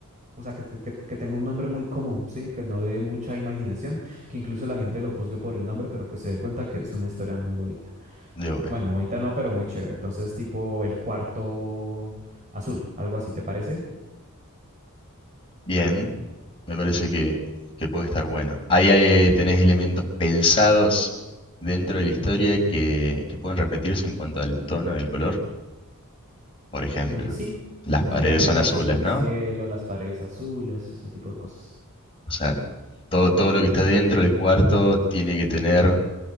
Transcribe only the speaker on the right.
o sea, que, te- que, que tenga un nombre muy común, ¿sí? Que no dé mucha imaginación, que incluso la gente lo juzgue por el nombre, pero que se dé cuenta que es una historia muy bonita.
Bueno, bonita no, pero muy chévere. Entonces, tipo el cuarto azul, algo así, ¿te parece?
Eh, sí,
sí,
sería como
el
azul del
cielo, las paredes azules, ese tipo de cosas.